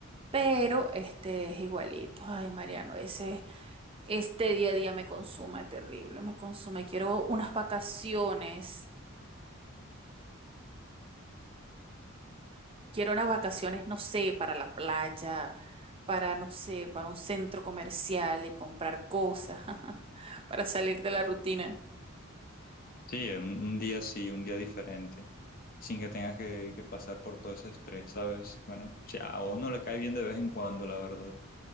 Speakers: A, on the right; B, on the left.
A: Pero este es igualito. Ay, Mariano, ese, este día a día me consume terrible, me consume. Quiero unas vacaciones. Quiero unas vacaciones, no sé, para la playa, para, no sé, para un centro comercial y comprar cosas, <laughs> para salir de la rutina.
B: Sí, un, un día sí, un día diferente, sin que tengas que, que pasar por todo ese estrés, ¿sabes? Bueno, si a uno le cae bien de vez en cuando, la verdad.